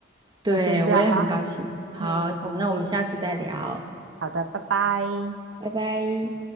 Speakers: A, on the right; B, on the right.
A: 对，
B: 那先这样啦。
A: 我也很高兴。好，
B: 嗯，
A: 我们那我们下次再聊，
B: 好的，拜拜。
A: 拜拜。